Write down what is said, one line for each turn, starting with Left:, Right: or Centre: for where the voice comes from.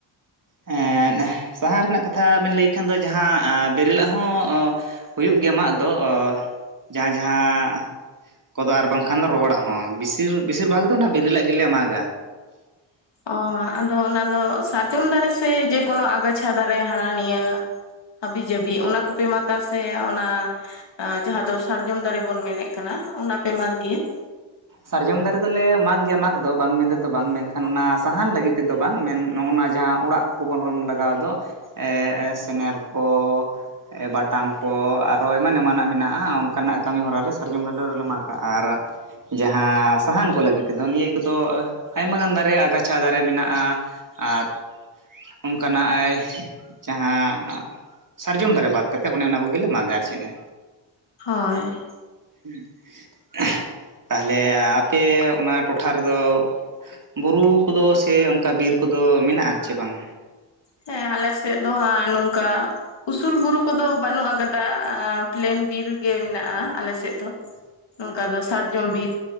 Right: ᱮᱸᱫ ᱥᱟᱦᱟᱱ ᱨᱮᱱᱟᱜ ᱠᱟᱛᱷᱟ ᱵᱮᱱ ᱞᱟᱹᱭ ᱠᱷᱟᱱ ᱫᱚ ᱡᱟᱦᱟᱸ ᱟ ᱵᱮᱨᱮᱞᱟᱜ ᱦᱚᱸ ᱦᱩᱭᱩᱜ ᱜᱮᱭᱟ ᱢᱟᱜ ᱫᱚ ᱚ ᱡᱟᱦᱟᱸ ᱡᱟᱦᱟᱸ ᱠᱚᱫᱚ ᱟᱨ ᱵᱟᱝᱠᱷᱟᱱ ᱫᱚ ᱨᱚᱦᱚᱲᱟᱜ ᱦᱚᱸ᱾ ᱵᱤᱥᱤᱨ ᱵᱮᱥᱤᱨ ᱵᱷᱟᱜᱽ ᱫᱚ ᱚᱱᱟ ᱵᱮᱨᱤᱞᱟᱜ ᱜᱮᱞᱮ ᱢᱟᱜᱟ᱾
Left: ᱚ ᱟᱫᱚ ᱚᱱᱟᱫᱚ ᱥᱟᱨᱡᱚᱢ ᱫᱟᱨᱮ ᱥᱮ ᱡᱮᱠᱳᱱᱳ ᱟᱜᱟᱪᱷᱟ ᱫᱟᱨᱮ ᱦᱟᱱᱟ ᱱᱤᱭᱟᱹ? ᱦᱟᱹᱵᱤ-ᱡᱟᱹᱵᱤ ᱚᱱᱟ ᱠᱚᱯᱮ ᱢᱟᱜ-ᱟ ᱥᱮ ᱚᱱᱟ ᱡᱟᱦᱟᱸ ᱫᱚ ᱥᱟᱨᱡᱚᱢ ᱫᱟᱨᱮ ᱵᱚᱱ ᱢᱮᱱᱮᱫ ᱠᱟᱱᱟ ᱚᱱᱟᱯᱮ ᱢᱟᱜᱽ ᱜᱮᱭᱟ᱾
Right: ᱥᱟᱨᱡᱚᱢ ᱫᱟᱨᱮ ᱫᱚᱞᱮ ᱢᱟᱜᱽ ᱜᱮᱭᱟ ᱢᱟᱜᱽ ᱫᱚ ᱵᱟᱝ ᱢᱮᱱ ᱛᱮᱫᱚ ᱵᱟᱝ ᱢᱮᱱᱠᱷᱟᱱ ᱚᱱᱟ ᱥᱟᱦᱟᱱ ᱞᱟᱹᱜᱤᱫ ᱛᱮᱫᱚ ᱵᱟᱝ᱾ ᱢᱮᱱ ᱱᱚᱜᱼᱚᱱᱟ ᱡᱟᱦᱟᱸ ᱚᱲᱟᱜ <unintelligible> ᱞᱟᱜᱟᱣ ᱫᱚ ᱮᱸ ᱥᱮᱱᱮᱨ ᱠᱚ ᱵᱟᱴᱟᱢ ᱠᱚ ᱟᱨᱚ ᱮᱢᱟᱱ ᱮᱢᱟᱱᱟᱜ ᱢᱮᱱᱟᱜᱼᱟ ᱚᱱᱠᱟᱱᱟᱜ ᱠᱟᱹᱢᱤ ᱦᱚᱨᱟᱞᱮ ᱥᱟᱨᱡᱚᱢ ᱫᱟᱨᱮ ᱫᱚᱞᱮ ᱢᱟᱜᱟᱜᱼᱟ ᱟᱨ ᱡᱟᱦᱟᱸ ᱥᱟᱦᱟᱱ ᱠᱚ ᱞᱟᱹᱜᱤᱫ ᱛᱮᱫᱚ ᱱᱤᱭᱟᱹ ᱠᱚᱫᱚ ᱟᱭᱢ ᱜᱟᱱ ᱫᱟᱨᱮ ᱟᱜᱟᱪᱷᱟ ᱫᱟᱨᱮ ᱢᱮᱱᱟᱜᱼᱟ᱾ ᱟᱨ ᱚᱱᱠᱟᱱᱟᱜᱼᱟᱭ ᱡᱟᱦᱟᱸ ᱥᱟᱨᱡᱚᱢ ᱫᱟᱨᱮ ᱵᱟᱫ ᱠᱟᱛᱮᱮᱫ ᱚᱱᱮ ᱚᱱᱟ ᱠᱚᱜᱮᱞᱮ ᱢᱟᱜᱟ ᱟᱨ ᱪᱮᱫᱼᱟ,
Left: ᱦᱳᱭ ᱾
Right: <unintelligible> ᱛᱟᱦᱞᱮ ᱟᱯᱮ ᱚᱱᱟ ᱴᱚᱴᱷᱟ ᱨᱮᱫᱚ ᱵᱩᱨᱩ ᱠᱚᱫᱚ ᱥᱮ ᱚᱱᱠᱟ ᱵᱤᱨ ᱠᱚᱫᱚ ᱢᱮᱱᱟᱜᱼᱴ-ᱟ ᱪᱮ ᱵᱟᱝ?
Left: ᱦᱮᱸ ᱟᱞᱮ ᱥᱮᱫ ᱫᱚ ᱦᱟᱸᱜ ᱱᱚᱝᱠᱟ᱾ ᱩᱥᱩᱞ ᱵᱩᱨᱩ ᱠᱚᱫᱚ ᱵᱟᱹᱱᱩᱜ ᱟᱠᱟᱫᱟ, ᱟᱸ ᱯᱞᱮᱱ ᱵᱤᱨᱜᱮ ᱢᱮᱱᱟᱜ-ᱟ ᱟᱞᱮᱥᱮᱫ ᱫᱚ᱾ ᱱᱚᱝᱠᱟ ᱫᱚ ᱥᱟᱨᱡᱚᱢ ᱵᱤᱨ,